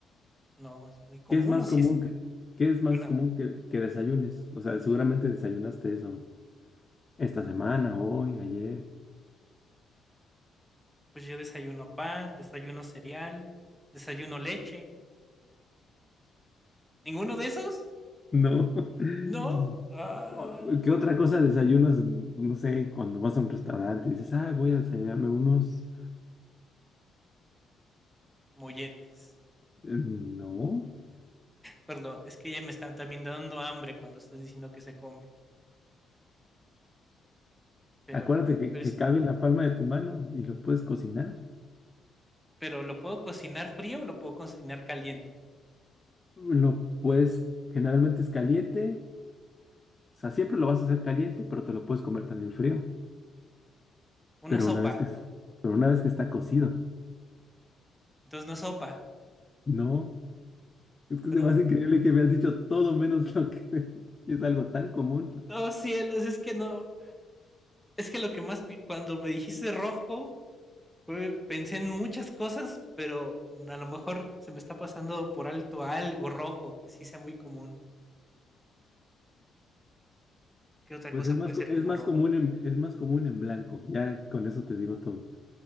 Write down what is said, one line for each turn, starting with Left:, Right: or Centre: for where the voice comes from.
Centre: No, es muy común.
Left: ¿Qué es más
Centre: O si
Left: común
Centre: es
Left: que, qué es más
Centre: que una,
Left: común que, que desayunes? O sea, seguramente desayunaste eso esta semana, hoy, ayer.
Centre: pues yo desayuno pan, desayuno cereal, desayuno leche. ¿Ninguno de esos?
Left: No. <laughs>
Centre: No. Ay,
Left: Oh, ¿Qué otra cosa desayunas? No sé, cuando vas a un restaurante y dices, ah, voy a desayunarme unos.
Centre: molletes.
Left: Eh, No.
Centre: Perdón, es que ella me está también dando hambre cuando estás diciendo que se come. Pero,
Left: Acuérdate
Centre: en-
Left: que,
Centre: pero,
Left: que
Centre: es-
Left: cabe en la palma de tu mano y lo puedes cocinar.
Centre: pero lo puedo cocinar frío o lo puedo cocinar caliente.
Left: Lo puedes, generalmente es caliente O sea, siempre lo vas a hacer caliente, pero te lo puedes comer también frío. Pero
Centre: Una sopa.
Left: una vez que, pero una vez que está cocido,
Centre: Entonces no es sopa.
Left: no. Es que
Centre: Pero,
Left: es más increíble que me has dicho todo menos lo que <laughs> y es algo tan común.
Centre: oh cielos, es que no. Es que lo que más, pi- cuando me dijiste rojo, Fue, pensé en muchas cosas, pero a lo mejor se me está pasando por alto algo rojo, que sí sea muy común. ¿Qué otra
Left: Pues
Centre: cosa
Left: es más,
Centre: puede
Left: co-
Centre: ser
Left: es
Centre: común
Left: más
Centre: rojo?
Left: común en, es más común en blanco. Ya con eso te digo todo.